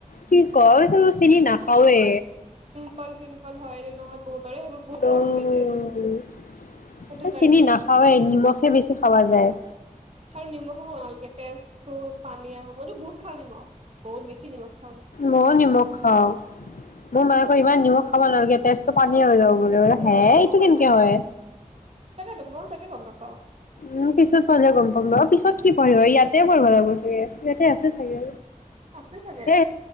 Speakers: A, on the left; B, on the right.
A: কি ক চিনি নাখাওৱে
B: পিম্পল-চিম্পল হয় নহয় বহুত সেইবোৰ কম
A: উ'
B: হৈ যায় সেইটো কাৰণে
A: চিনি নাখাৱেই নিমখে বেছি খাৱা যায়
B: আৰু নিমখো <unintelligible> তেজটো পানীয়া হব মইতো বহুত খাওঁ নিমখ বহুত বেছি নিমখ খাওঁ
A: মই নিমখ খাওঁ, মোৰ মায়েকৰ ইমান নিমখ খা খাব নালাগে তেজটো পানীয়া হৈ যাব বোলে।
B: উম
A: হে
B: মোকো
A: এইটো
B: কয়
A: কেনেকে
B: মাই,
A: হয়?
B: তাকেতো মই তাকে গম নাপ অ
A: উম পিছত পঢ়িলে গম পাম ন পিছত কি পঢ়িবা ইয়াত তোয়ে কৰিব লাগিব চাগে, ইয়াতে আছে। থাকে
B: আছে চাগে
A: এ